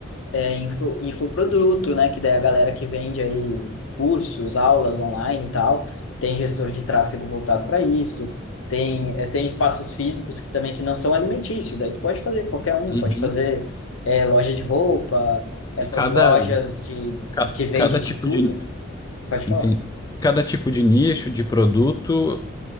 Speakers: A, on the left; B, on the left.
A: é, info, infoproduto, né? Que daí a galera que vende aí cursos, aulas online e tal, tem gestor de tráfego voltado para isso, tem, é, tem espaços físicos que também que não são alimentícios, daí tu pode fazer qualquer um,
B: Uhum.
A: pode fazer é, loja de roupa, essas
B: E cada,
A: lojas de,
B: ca-
A: que vende
B: cada
A: de
B: tipo
A: tudo,
B: de
A: pode
B: Entendi.
A: falar.
B: Cada tipo de nicho, de produto,